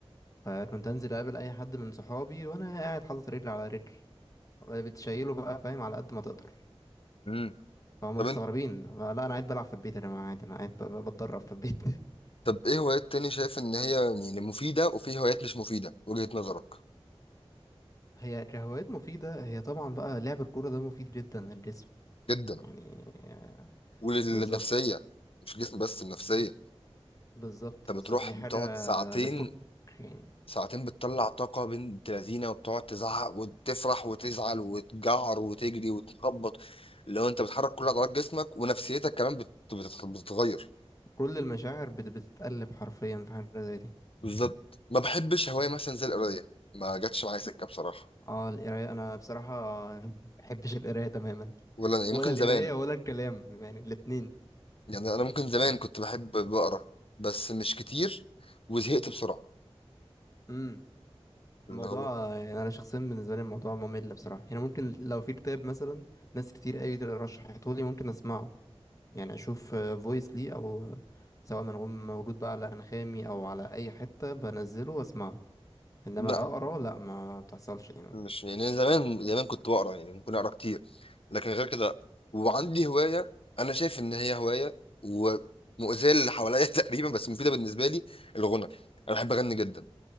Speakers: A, on the left; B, on the left.
A: فكنت انزل اقابل اي حد من صحابي وانا قاعد حاطط رجل على رجل بتشيله بقى فاهم على قد ما تقدر
B: امم
A: فهم
B: طب
A: مستغربين
B: انت
A: لا انا قاعد بلعب في البيت يا جماعه عادي انا قاعد ب- ب- بتدرب في البيت
B: طب ايه هوايات تاني شايف ان هي يعني مفيده وفي هوايات مش مفيده وجهه نظرك
A: <laughs> هي هوايات مفيدة هي طبعا بقى لعب الكورة ده مفيد جدا للجسم
B: جدا
A: يعني آه،
B: وللنفسيه
A: بالظبط
B: مش جسم بس النفسيه
A: بالظبط
B: انت
A: بالظبط
B: بتروح
A: دي
B: بتقعد
A: حاجة
B: ساعتين
A: بتفك يعني
B: ساعتين بتطلع طاقه بنت لذينه وبتقعد تزعق وتفرح وتزعل وتجعر وتجري وتخبط لو انت بتحرك كل عضلات جسمك ونفسيتك كمان بت- بتت- بتتغير
A: كل المشاعر بت- بتتقلب حرفيا في حاجة زي دي
B: بالظبط ما بحبش هواية مثلا زي القراية ما جاتش معايا سكة بصراحة
A: اه القراية أنا بصراحة <laughs> مبحبش القراية تماما
B: ولا أنا يعني
A: ولا
B: ممكن
A: القراية
B: زمان
A: ولا الكلام يعني الاتنين
B: يعني أنا ممكن زمان كنت بحب بقرا بس مش كتير وزهقت بسرعة
A: امم
B: اللي
A: الموضوع
B: هو
A: يعني أنا شخصيا بالنسبة لي الموضوع ممل بصراحة يعني ممكن لو في كتاب مثلا ناس كتير أوي رشحته لي ممكن أسمعه يعني أشوف فويس لي أو آه، سواء منغوم موجود بقى على أنغامي أو على أي حتة بنزله وأسمعه إنما
B: لا
A: أقرأ لأ ما بتحصلش دي
B: مش يعني أنا زمان زمان كنت بقرا يعني ممكن أقرا كتير لكن غير كده وعندي هواية أنا شايف إن هي هواية ومؤذية للي حواليا <laughs> تقريبا بس مفيدة بالنسبة لي الغنى أنا بحب أغني جدا